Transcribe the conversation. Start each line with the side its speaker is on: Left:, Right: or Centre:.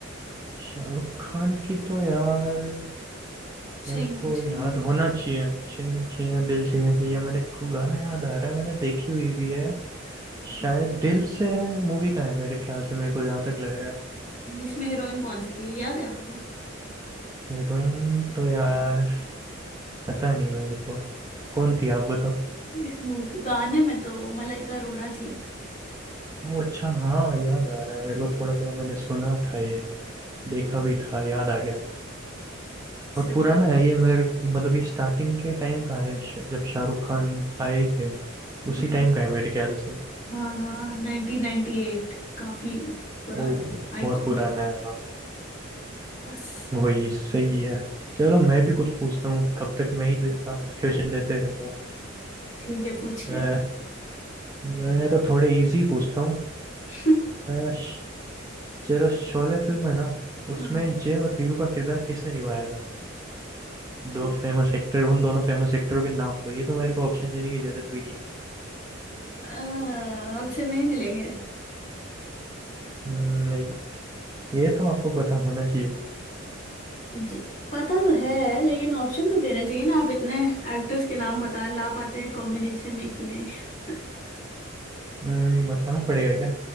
Right: शाहरुख खान की तो यार
Left: छैया
Right: मेरे को
Left: छैया
Right: याद होना चाहिए चाहिए चाहिए दिल चाहिए चाहिए मेरे को गाना याद आ रहा है मैंने देखी हुई भी है शायद दिल से है मूवी का है मेरे ख्याल से मेरे को जहाँ तक लग रहा है
Left: इसमें हीरोइन कौन सी थी याद है आपको
Right: हीरोइन तो यार पता नहीं मेरे को कौन थी आप बताओ
Left: इस मूवी गाने में तो मलाइका अरोड़ा थी
Right: ओ अच्छा हाँ याद आ रहा है मेरे को थोड़ा थोड़ा मैंने सुना था ये देखा भी था याद आ गया बहुत
Left: सही
Right: पुराना है ये मेरे मतलब ये स्टार्टिंग के टाइम का है श- जब शाहरुख खान आए थे उसी
Left: हम्म,
Right: टाइम का है मेरे ख्याल से
Left: हाँ हाँ 1998 काफी पुराना
Right: वो
Left: आइकॉनिक
Right: बहुत पुराना है हाँ
Left: बस
Right: वही सही है चलो मैं भी कुछ पूछता हूँ कब तक मैं ही क्वेश्चन देते रहूंगा
Left: ठीक है पूछिए
Right: अ, मैं तो थोड़े इजी पूछता हूँ
Left: <laughs>
Right: अ, श- चलो शोले फिल्म है ना उसमें
Left: हाँ,
Right: जय और वीरू का किरदार किसने निभाया था
Left: ठीक।
Right: दो फेमस एक्टर उन दोनों फेमस एक्टरों के नाम दो ये तो मेरे को ऑप्शन देने की जरूरत भी नहीं है
Left: अह, ऑप्शन नहीं मिलेंगे
Right: हम्म, नहीं ये तो आपको पता होना चाहिए
Left: जी, पता तो है लेकिन ऑप्शन तो देना चाहिए ना आप इतने एक्टर्स के नाम बता ला पाते हैं कॉम्बिनेशन में कि नहीं <laughs>
Right: हम्म, बताना पड़ेगा क्या